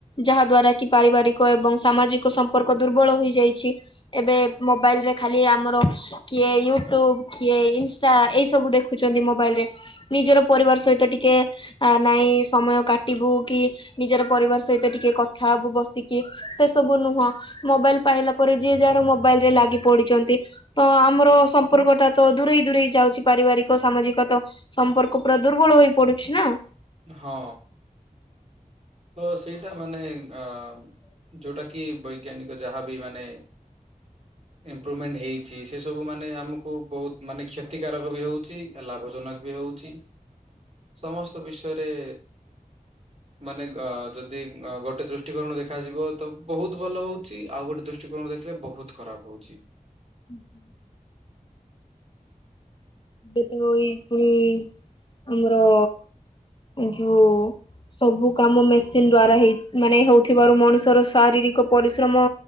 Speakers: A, on the left; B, on the right.
A: ଯାହା ଦ୍ଵାରା
B: ହଁ।
A: କି ପାରିବାରିକ ଏବଂ ସାମାଜିକ ସମ୍ପର୍କ ଦୁର୍ବଳ ହୋଇଯାଇଛି। ଏବେ ମୋବାଇଲ ରେ ଖାଲି ଆମର। କିଏ ୟୁଟ୍ୟୁବ କିଏ ଇନଷ୍ଟା ଏଇ ସବୁ ଦେଖୁଛନ୍ତି ମୋବାଇଲରେ। ନିଜର ପରିବାର ସହିତ ଟିକେ। ଆ ନାଇଁ ସମୟ କାଟିବୁ କି ନିଜର ପରିବାର ସହିତ ଟିକେ କଥା ହବୁ ବସିକି। ସେ ସବୁ ନୁହଁ ମୋବାଇଲ ପାଇଲା ପରେ ଯିଏ ଯାହାର ମୋବାଇଲ ରେ ଲାଗି ପଡିଛନ୍ତି। ତ ଆମର ସମ୍ପର୍କଟା ତ ଦୂରେଇ ଦୂରେଇ ଯାଉଛି ପାରିବାରିକ ସାମାଜିକ ତ। ସମ୍ପର୍କ ପୁରା ଦୁର୍ବଳ ହୋଇ ପଡୁଛି ନା।
B: ହଁ। ତ ସେଇଟା ମାନେ ଆ ଯୋଉଟା କି ବୈଜ୍ଞାନିକ ଯାହାବି ମାନେ। ଇମ୍ପ୍ରୁଭମେଣ୍ଟ ହେଇଛି ସେ ସବୁ ମାନେ ଆମକୁ ବହୁତ ମାନେ କ୍ଷତିକାରକ ବି ହଉଛି। ଲାଭଜନକ ବି ହଉଛି ସମସ୍ତ ବିଷୟରେ। ମାନେ ଅ ଯଦି ଗୋଟେ ଦୃଷ୍ଟିକୋଣରୁ ଦେଖାଯିବ ତ ବହୁତ ଭଲ ହଉଛି ଆଉ ଗୋଟେ ଦୃଷ୍ଟି। ଦୃଷ୍ଟିକୋଣରୁ ଦେଖିଲେ ବହୁତ ଖରାପ ହଉଛି।
A: ହୁଁ ହୁଁ। ଯେହେତୁ ଏଇ ପୁଣି ଇଅର। ଏ ଯୋଉ। ସବୁ କାମ ମେସିନ ଦ୍ଵାରା ହେଇ ମାନେ ହଉ ଥିବାରୁ ମଣିଷର ଶାରୀରିକ ପରିଶ୍ରମ।